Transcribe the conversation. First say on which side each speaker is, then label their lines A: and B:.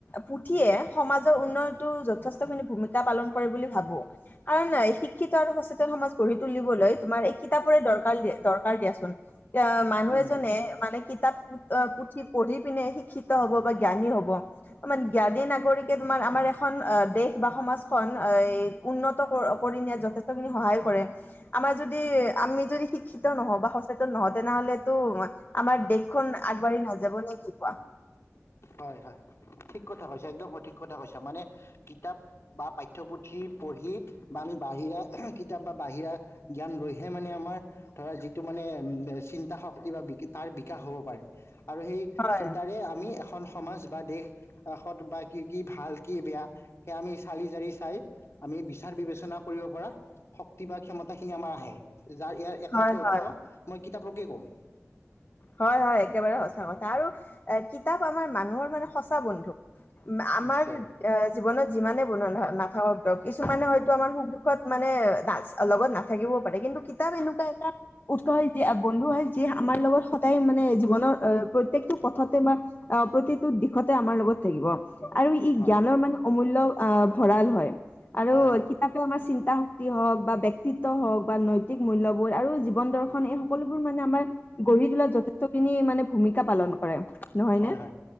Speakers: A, on the left; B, on the left.
A: পুথিয়ে সমাজৰ উন্নয়নতটো যথেষ্টখিনি ভূমিকা পালন কৰে বুলি ভাবো। কাৰণ শিক্ষিত আৰু সচেতন সমাজ গঢ়ি তুলিবলৈ তোমাৰ এই কিতাপ দ-দিয়ে দৰকাৰ দিয়াচোন এ মানুহ
B: উম
A: এজনে মানে কিতাপ পুঠি পঢ়ি পিনে শিক্ষিত হ'ব বা জ্ঞানী হ'ব তোমাৰ জ্ঞানী নাগৰিকে তোমাৰ আমাৰ এখন অ' দেশ কিবা সমাজখন উন্নত কৰি নিয়াত যথেষ্টখিনি সহায় কৰে। আমাৰ যদি আমি যদি শিক্ষিত নহওঁ বা সচেতন নহওঁ তেনেহঁলেতো আমাৰ দেশখন আগবাঢ়ি নাযাব নে কি কোৱা?
B: হয়, হয়। ঠিক কথা কৈছা একদম সঠিক কথা কৈছা মানে কিতাপ বা পাঠ্যপুথি পঢ়ি বা আমি বাহিৰা কিতাপ বা বাহিৰা জ্ঞান লৈ হে মানে আমাৰ ধৰা যিটো মানে শক্তি বা <unintelligible> তাৰ বিকাশ হ'ব পাৰে আৰু সেই
A: হয়,
B: চিন্তাৰে আমি এখন সমাজ বা দেশত বা কি ভাল কি বেয়া সেয়া আমি চালি জাৰি চাই আমি বিচাৰ বিবেচনা কৰিব পৰা শক্তি বা ক্ষমতাখিনি আমাৰ আহে। যাৰ ইয়াৰ একমাত্ৰ
A: হয়, হয়।
B: উৎস মই কিতাপকে ক'ম।
A: হয় হয় একেবাৰে সঁচা কথা আৰু কিতাপ আমাৰ মানুহৰ মানে সঁচা বন্ধু। আমাৰ
B: নিশ্চয়
A: জীৱনত যিমানে <unintelligible> নাথাকক কিছুমানে হয়তো আমাৰ সুখ দুখত মানে না লগত নাথাকিবও পাৰে। কিন্তু কিতাপ এনেকুৱা এটা উৎস হয় যি বন্ধু হয় যি আমাৰ লগত সদায় মানে জীৱনৰ আহ, প্ৰত্যেকটো পথতে বা আহ প্ৰতিটো দিশতে আমাৰ লগত থাকিব আৰু ই
B: হয়
A: জ্ঞানৰ মানে অমূল্য আহ ভৰাল হয় আৰু
B: হয় হয়
A: কিতাপে আমাৰ শক্তি হওক বা ব্যক্তিত্ব হওক বা নৈতিক মূল্যবোধ আৰু জীৱন দৰ্শন এই সকলোবোৰ মানে আমাৰ গঢ়ি তোলা খিনি মানে ভূমিকা পালন কৰে। নহয়নে?
B: হয়, হয়